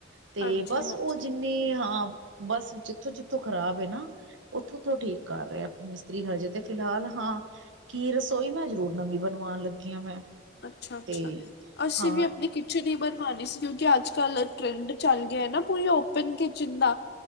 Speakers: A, on the right; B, on the left.
A: ਤੇ
B: ਹਾਂਜੀ
A: ਬਸ
B: ਹਾਂਜੀ
A: ਉਹ ਜਿੰਨਾ ਤੇ ਹਾਂ ਬਸ ਜਿੱਥੋਂ ਜਿੱਥੋਂ ਖਰਾਬ ਐ ਨਾ ਉਥੋਂ ਉੱਥੋਂ ਤੋਂ ਠੀਕ ਕਰ ਰਿਹਾ ਆ ਮਿਸਤਰੀ ਹਜੇ ਤਾਂ ਫਿਲਹਾਲ ਹਾਂ। ਕੀ ਰਸੋਈ ਮੈਂ ਜ਼ਰੂਰ ਨਵੀਂ ਬਣਵਾਂਣ ਲੱਗੀ ਆ ਮੈਂ।
B: ਅੱਛਾ- ਅੱਛਾ
A: ਤੇ
B: ਅਸੀਂ
A: ਹਾਂ
B: ਵੀ ਆਪਣੀ ਕਿ ਕਿਚਨ ਈ ਬਣਵਾਂਣੀ ਸੀ। ਕਿਉਂਕਿ ਅੱਜ ਕੱਲ੍ਹ ਟਰੈਂਡ ਚੱਲ ਗਿਆ ਨਾ ਪੂਰੀ ਓਪਨ ਕਿਚਨ ਦਾ।